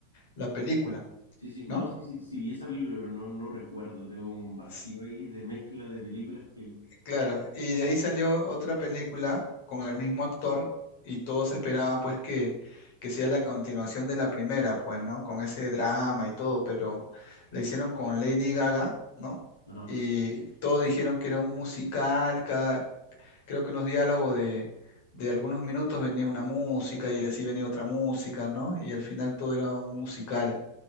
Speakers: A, on the left (about 50°); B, on the left (about 80°).
A: la película,
B: Sí, sí,
A: ¿no?
B: no, sí, sí, sí vi esa película, pero no, no recuerdo. Tengo un vacío
A: S-
B: ahí de mezcla de películas que vi.
A: Claro. Y de ahí salió otra película con el mismo actor y todos esperaban pues que, que sea la continuación de la primera, pues, ¿no? Con ese drama y todo, pero la hicieron con Lady Gaga, ¿no?
B: Ajá,
A: Y
B: sí.
A: todos dijeron que era un musical, creo que unos diálogos de, de algunos minutos venía una música y así venía otra música, ¿no? Y al final todo era un musical.